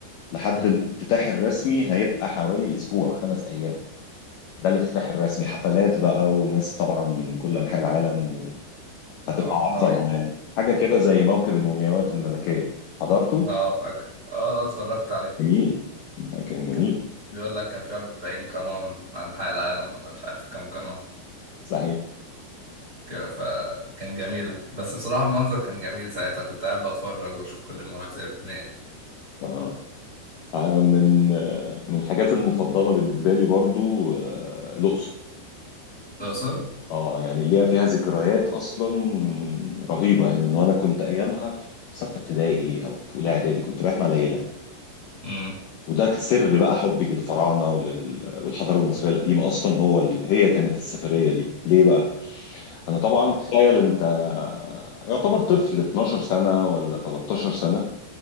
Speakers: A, on the left; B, on the right.
A: لحد
B: مم.
A: الافتتاح الرسمي هيبقى حوالي اسبوع خمس ايام ده الافتتاح الرسمي حفلات بقى وناس طبعا من كل انحاء العالم وهتبقى
B: اه
A: عظمه
B: هاي
A: يعني حاجه كده زي موكب المومياوات الملكيه حضرته
B: اه فاكر اه اتفرجت عليه
A: جميل كان جميل
B: كان بيقول لك كان في 40 قناة عن حق العالم ولا مش عارف كام قناة
A: صحيح
B: ك- فكان جميلة بس بصراحة المنظر كان جميل ساعتها كنت قاعد بتفرج واشوف كل المناطق بتنقل
A: آه. انا من آه، من الحاجات المفضله بالنسبه لي برضو آه، الاقصر
B: الأقصر
A: اه يعني اللي هي فيها ذكريات اصلا رهيبه يعني من وانا كنت ايامها في سته ابتدائي او في اولى اعدادي كنت رايح مع العيله
B: امم
A: وده سر بقى حبي للفراعنه ولل... والحضاره المصريه القديمه اصلا هو ال... هي كانت السفريه دي ليه بقى انا طبعا تخيل انت آه، يعتبر طفل 12 سنه ولا 13 سنه